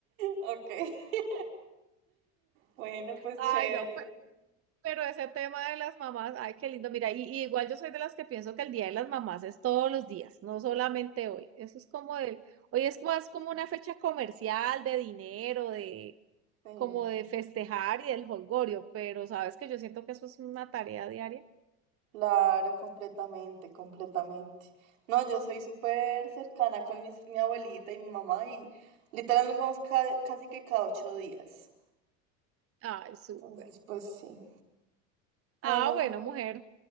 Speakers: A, on the right; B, on the right.
A: Ok. <laughs> Bueno, pues
B: Ay,
A: chévere.
B: no, pe- pero ese tema de las mamás, ay, qué lindo. Mira, y, y igual yo soy de las que pienso que el Día de las Mamás es todos los días, no solamente hoy. Eso es como el, hoy es más como una fecha comercial de dinero, de
A: Sí,
B: como de festejar y del holgorio, pero sabes que yo siento que eso es una tarea diaria.
A: claro, completamente, completamente. No, yo soy súper cercana con mis- mi abuelita y mi mamá y literal nos vamos ca- casi que cada ocho días.
B: Ay, súper.
A: Entonces, pues sí. Bueno,
B: Ah,
A: Julio,
B: bueno, mujer.